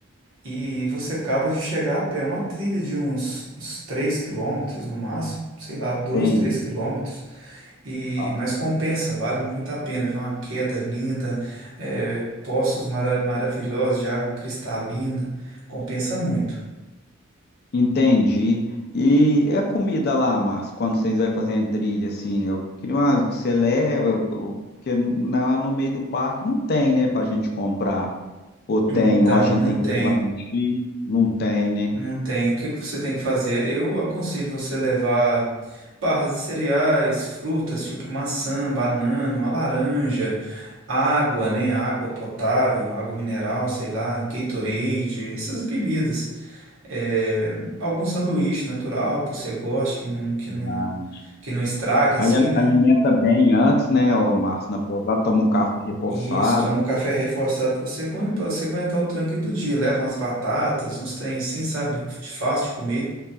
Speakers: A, on the right; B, on the left.
A: e você acaba de chegar a pé. É uma trilha de uns, uns 3 quilômetros no máximo, sei lá, dois,
B: entendi.
A: 3 quilômetros. E,
B: Ah,
A: mas compensa, vale muito a pena. Viu? Uma queda linda, é, poços mara- maravilhosos de água cristalina, compensa muito.
B: Entendi. E é a comida lá, Márcio, quando vocês vão fazer a trilha, assim, eu queria uma, você leva, eu- porque lá no meio do parque não tem, né, pra gente comprar. Ou tem,
A: Então,
B: ou a gente
A: não
B: tem
A: tem,
B: que levar no mochila, não tem, né?
A: não tem. O que que você tem que fazer? Eu aconselho você levar barras de cereais, frutas tipo maçã, banana, uma laranja, água, né? Água potável, água mineral, sei lá, Gatorade, essas bebidas. É, algum sanduíche natural que você goste, que não, que
B: Verdade.
A: não, que não estrague assim,
B: Aí a-
A: né?
B: alimenta bem antes, né, ô Márcio, na pousada, toma um café reforçado.
A: Isso, toma um café reforçado pra você, aguen- pra você aguentar o tranco aí do dia. Leva umas batatas, uns trem assim, sabe? De fácil de comer.